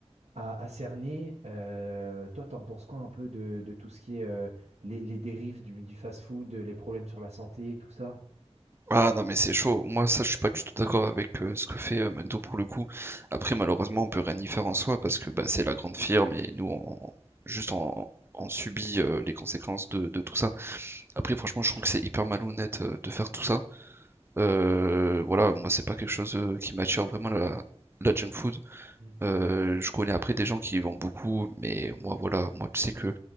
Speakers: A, on the right; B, on the right.
A: à, à cerner. Euh, toi, t'en penses quoi un peu de, de tout ce qui est euh, les, les dérives du, du fast-food, les problèmes sur la santé, tout ça?
B: Ah non mais c'est chaud, moi ça je suis pas du tout d'accord avec euh, ce que fait euh, McDo pour le coup. Après
A: Ouais.
B: malheureusement on peut rien y faire en soi parce que bah, c'est la grande firme et nous on, juste on, on subit euh, les conséquences de, de tout ça. Après franchement je trouve que c'est hyper malhonnête euh, de faire tout ça. Euh, voilà, moi c'est pas quelque chose euh, qui m'attire vraiment la, la junk food.
A: Mm.
B: Euh, je connais après des gens qui y vont beaucoup mais moi voilà, moi tu sais que